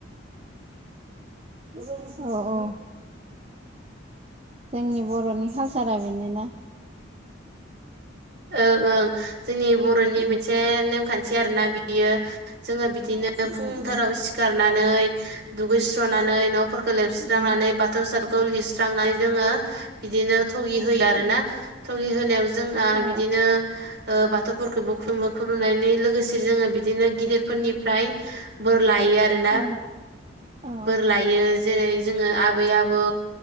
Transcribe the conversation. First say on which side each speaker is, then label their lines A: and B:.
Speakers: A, on the right; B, on the right.
A: अ औ जोंनि बर'नि कालसारा बेनोना
B: ओं ओं जोंनि बर'नि
A: अ
B: मोनसे नेमखान्थि आरोना बि बियो जोङो बिदिनो
A: उम
B: फुंथाराव
A: उम
B: सिखारनानै दुगैस्रनानै न'फोरखौ लेबस्रांनानै
A: उम
B: बाथौ सा लिरस्रांनानै जोङो बिदिनो थगि होयो आरो
A: उम
B: ना थगि होनायाव जोंहा
A: औ
B: बिदिनो ओ बाथौफोरखौबो खुलुमो खुलुमनायनि लोगोसे जोङो बिदिनो गिदिरफोरनिफ्राय बोर लायो आरोना
A: उम औ
B: बोर लायो जेरै जोङो आबै आबौ